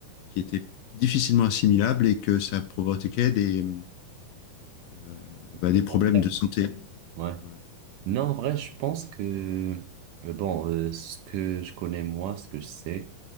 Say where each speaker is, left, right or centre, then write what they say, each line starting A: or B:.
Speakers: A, on the left; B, on the right.
A: qui étaient difficilement assimilables et que ça provoquait des, euh, bah,
B: Les
A: des
B: commentaires.
A: problèmes de santé.
B: Ouais.
A: Voilà.
B: Non, en vrai, je pense que, euh, bon, euh, ce que je connais moi, ce que je sais,